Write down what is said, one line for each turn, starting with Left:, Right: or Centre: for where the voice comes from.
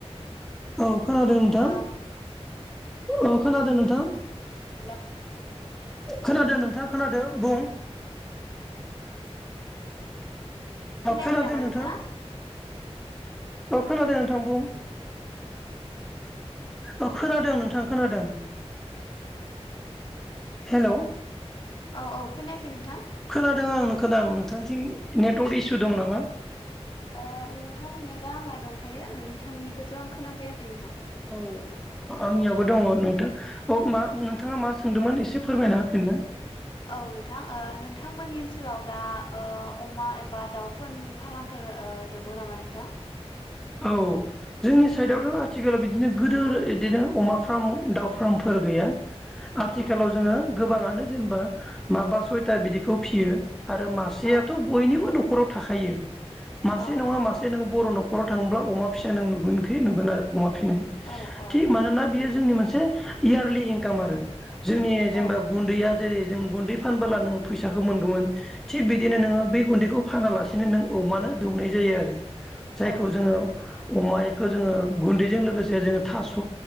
Centre: औ खोनादों नोंथां?
Left: हेलौ
Centre: औ खोनादों नोंथां?
Left: हेलौ
Centre: खोनादों नोंथां खोनादों बुं। <inaudible>
Left: खोनायाखै
Centre: औ खोनादों
Left: नामा
Centre: नोंथां
Left: नोंथाङा
Centre: औ खोनादों नोंथां बुं। औ खोनादों नोंथां खोनादों। हेलौ
Left: औ औ खोनायाखै नोंथां?
Centre: खोनादों आं खोनादों नोंथांथिं नेटवक इसु दं नामा
Left: ओ नोंथां नेटआ आंना दंखायो नोंथांनिखौसो आं खोनाफैयाखै नोंथां।
Centre: औ आंनियाबो
Left: औ
Centre: दङ नोंथां। अ मा नोंथाङा मा सोंदोंमोन एसे फोरमायना होफिनलाय
Left: औ नोंथां ओ नोंथांमोननि ओनसोलाव दा ओ अमा एबा दाउफोरनि फार्मफोर ओ दङ नामा नोंथां?
Centre: औ जोंनि साइडआवथ' आथिखालाव बिदिनो गिदोर इदिनो अमा फार्म दाउ फार्मफोर गैया। आथिखालाव
Left: औ
Centre: जोङो गोबाङानो जेनेबा माबा सयथा बिदिखौ फियो। आरो मासेयाथ'
Left: औ
Centre: बयनिबो न' खराव थाखायो। मासे
Left: औ
Centre: नङा मासे नोंङो बर' न' खराव थांब्ला अमा फिसा नों नुगोनखि नुगोन आरो अमा फिनाय
Left: औ औ
Centre: थिग मानोना बेयो जोंनि मोनसे इयारलि इंकाम आरो जोंनि जेनेबा
Left: औ
Centre: गुन्दैया जेरै जों गुन्दै फानबोला नों फैसाखौ मोनगोमोन थिग बिदिनोङो
Left: औ
Centre: बे गुन्दैखौ फानालासिनो नों अमानो दौनाय जायो आरो जायखौ
Left: औ
Centre: जोङो अमायाखौ जोङो गुन्दैजों लोगोसे जोङो थास'